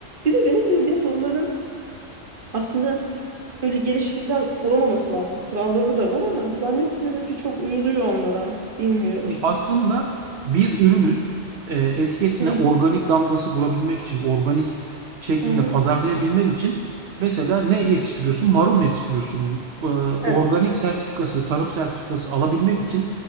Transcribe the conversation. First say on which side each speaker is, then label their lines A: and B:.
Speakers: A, on the right (about 45°); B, on the right (about 60°).
A: Bir de benim bildiğim bunların aslında öyle gelişigüzel olamaması lazım. Kuralları da var ama zannetmiyorum ki çok uyuluyor onlara. Bilmiyorum.
B: Ya aslında bir ürünün e, etiketine
A: Hı hı.
B: organik damgası vurabilmek için, organik şeklinde
A: Hı hı.
B: pazarlayabilmen için mesela ne yetiştiriyorsun? Marul mu yetiştiriyorsun? E,
A: Evet.
B: organik sertifikası, tarım sertifikası alabilmek için